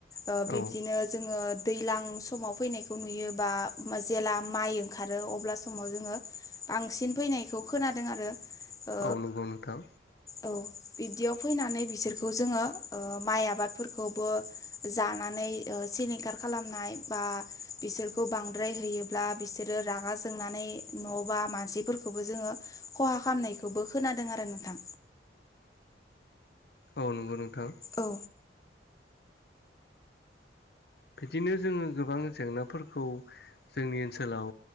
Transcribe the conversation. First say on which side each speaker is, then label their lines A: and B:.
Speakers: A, on the left; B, on the left.
A: ओ बिब्दनो
B: औ
A: जोङो दैलां समाव फैनायखौ नुयो बा जेला माइ ओंखारो अब्ला समाव जोङो बांसिन फैनायखौ खोनादों आरो ओ
B: औ नंगौ नोंथां
A: औ। बिब्दियाव फैनानै बिसोरखौ जोङो ओ माइ आबादफोरखौबो जानानै ओ सिलिं खार खालामनाय बा बिसोरखौ बांद्राय होयोब्ला बिसोरो रागा जोंनानै न' बा मानसिफोरखौबो जोङो खहा खामनायखौबो खोनादों आरो नोंथां।
B: औ नंगौ नोंथां।
A: औ
B: बिदिनो जोङो गोबां जेंनाफोरखौ जोंनि ओनसोलाव